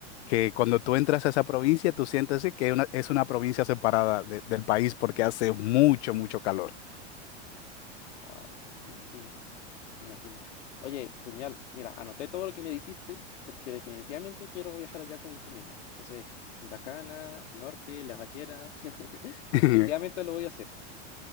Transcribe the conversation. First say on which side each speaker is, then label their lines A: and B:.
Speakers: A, on the left; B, on the left.
A: que cuando tú entras a esa provincia, tú sientes sí, que una- es una provincia separada de- del país porque hace mucho, mucho calor.
B: Wow, imagino, imagino. Oye, genial. Mira, anoté todo lo que me dijiste porque definitivamente quiero viajar allá con mi familia. Entonces, Punta Cana, el norte, Las Ballenas. <laughs> Definitivamente
A: <laughs>
B: lo voy a hacer.